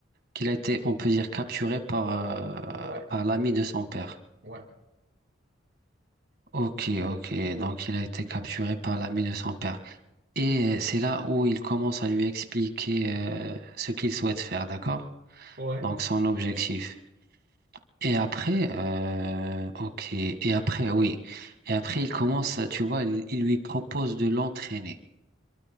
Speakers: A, on the right (about 55°); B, on the right (about 75°).
A: qu'il a été, on peut dire, capturé par, euh,
B: Ouais,
A: par l'ami de son père.
B: ouais.
A: Ok, ok, donc il a été capturé par l'ami de son père. Et euh, c'est là où il commence à lui expliquer euh, ce qu'il souhaite faire, d'accord?
B: Ouais,
A: Donc son objectif. Et après, euh, ok. Et après, oui. Et après, il commence, tu vois, il, il lui propose de l'entraîner.